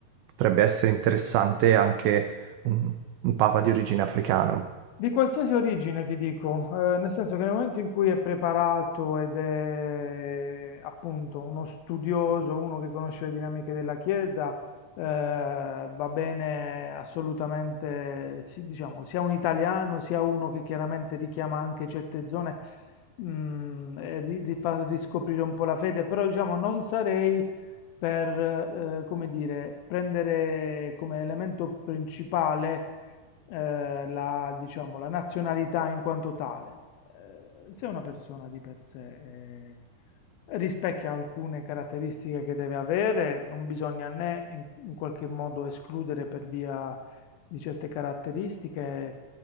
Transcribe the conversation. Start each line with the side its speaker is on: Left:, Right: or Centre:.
Right: potrebbe essere interessante anche un, un papa di origine africana.
Left: Di qualsiasi origine ti dico, eh, nel senso che nel momento in cui è preparato ed è appunto uno studioso, uno che conosce le dinamiche della Chiesa, eh, va bene assolutamente, sì, diciamo, sia un italiano sia uno che chiaramente richiama anche certe zone, mm, e ri- ri- fa riscoprire un po' la fede, però diciamo non sarei per, eh, come dire, prendere come elemento principale eh, la, diciamo, la nazionalità in quanto tale. Eh, se una persona di per sé eh, rispecchia alcune caratteristiche che deve avere, non bisogna né in, in qualche modo escludere per via di certe caratteristiche,